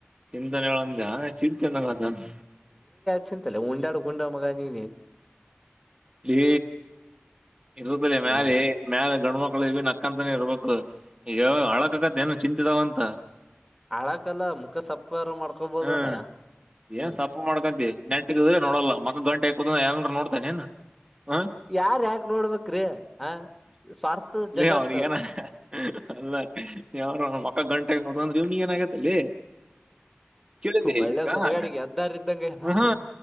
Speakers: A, on the right; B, in the centre.
A: ಚಿಂತಿ ಚಿಂತನೆಗಳು ಅಂದ್ಯಾ ಚಿಂತನೆಗಳು ಅಂದ
B: ಚಿಂತಲ್ಲೆ ಉಡಾಡಿ ಗುಂಡ ಮಗ ನೀನೇ
A: ಈ ಇರ್ತ್ತಲ್ಲಿ ಮ್ಯಾಲ
B: ಹ್ಮ್
A: ಮ್ಯಾಲ ಗಂಡು ಮಕ್ಳು ನಕ್ಕಂತನ ಇರ್ಬೇಕ ಈಗ ಹಳಕತ್ತದ ಏನು ಚಿಂತಿದಾವ ಅಂತ
B: ಅಳಕಲ್ಲ ಮುಖ ಸಪ್ಪರ ಮಾಡ್ಕೊಬೋದಲ್ಲ
A: ಹ್ಮ್
B: ಹ್ಮ್
A: ಏನ್ ಸಫ ಮಾಡ್ಕಂತಿ ನೆಂಟ್ಗದ್ರೆ ನೋಡಲ್ಲ ಮಕ್ಕ ಗಂಟೆಕುದ ಏನ ನೋಡ್ತಾನ ಏನ್ ಹ
B: ಯಾರ್ ಯಾಕ ನೋಡ್ಬೇಕ್ರಿ ಆ ಸ್ವಾರ್ಥ
A: ಲೇ
B: ಜಗತ್
A: ಅವನ ಏನ ಅಲ್ಲಾರ ಅವ ಮಕ್ಕ ಗಂಟು ಇವ್ನಿಗೆ ಏನಗೈತಿ ಲೇ ಕೇಳಿನಿ
B: ಒಳ್ಳೆ
A: ಈಗ
B: ಸುಡಗಾಡಿಗೆ
A: ಹ
B: ಎದ್ದಾರ ಇದ್ದಂಗ ಹ
A: ಹಾ